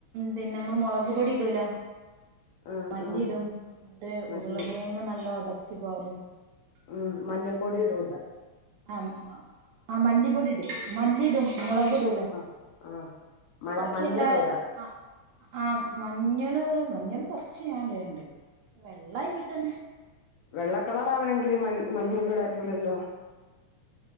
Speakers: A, on the right; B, on the left.
A: പിന്നെ നമ്മൾ മുളക് പൊടി ഇടൂല
B: ആഹ്
A: മല്ലിടും
B: ആഹ്
A: അത്
B: മല്ലി
A: ഉരുളകേങ്ങ് നല്ല ഒടച്ച്പാരും
B: ഉം മഞ്ഞപ്പൊടി ഇടൂല
A: ആ ആ മല്ലിപ്പൊടി ഇടും മല്ലിയിടും മുളക് ല
B: ആഹ് ആഹ് മ
A: ബാക്കിയല്ലാ
B: മഞ്ഞ ഇടൂല
A: ആ ആ മഞ്ഞള് മഞ്ഞള് കുറച്ച് ഞാൻണ്ടണ്ട് വെള്ള ആയികിട്ടന്നെ
B: വെള്ളക്കളറ ആവണമെങ്കില് മഞ്ഞൊന്നൂടാറ്റൂലല്ലോ